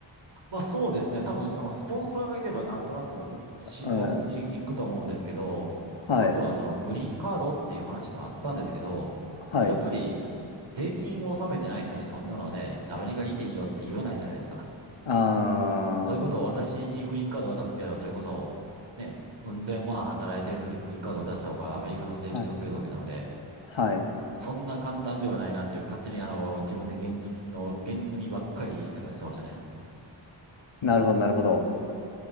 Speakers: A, on the right; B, on the left.
A: まあそうですね。多分そのスポンサーがいればなんとなくおしおいくと思うんですけど、
B: うん。はい。
A: あとはそのグリーンカードっていう話もあったんですけど、
B: はい。
A: やっぱり税金を納めてない人にそんなのね、アメリカにいていいよって言わないじゃないですか。
B: ああ、
A: それこそ私にグリーンカード渡すんであれば、それこそね、うん千万働いてる人にグリーンカード渡した方がアメリカの税金が増えるわけなので、
B: はい、はい。
A: そんな簡単ではないなっていう、勝手にあの、自分で現実の、現実味ばっかりなんかしてましたね。
B: なるほど、なるほど。